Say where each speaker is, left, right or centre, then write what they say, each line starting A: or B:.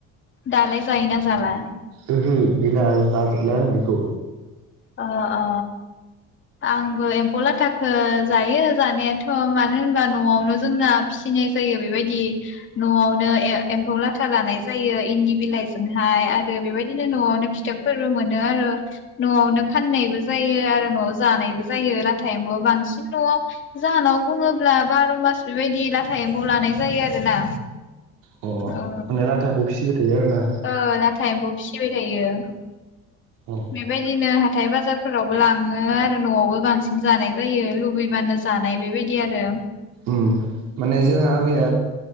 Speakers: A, on the left; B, on the right.
A: दालाय जायोना जाला?
B: ओहो गैला जाजोब्ला आं एखौ।
A: अ-अ आंबो एम्फौ लाथाखो जायो जानायाथ' मानो होनबा न'आवनो जोंना फिसिनाय जायो बेबायदि न'आवनो एम्फौ लाथा लानाय जायो इन्दि बिलाइजोंहाय आरो बेबायदिनो न'आवनो फिथोब फोरबो मोनो आरो न'आवनो फाननायबो जायो आरो न'आव जानायबो जायो लाथा एमफौवा बांसिन न'आव जाहानाव बुङोब्ला ब्ला बार' मास बेबायदि लाथा एम्फौ लानाय जायो आरोना।
B: अ माने
A: ओ
B: लाथा एमफौ फिसिबाय थायो आरो ना
A: ओ लाथा एम्फौ फिसिबाय थायो
B: अ
A: बेबायदिनो हाथाइ बाजारफोरावबो लाङो आरो न'आवबो बांसिन जानाय जायो लुबैबानो जानाय बेबायदि आरो।
B: ओम माने जोंहा आबैया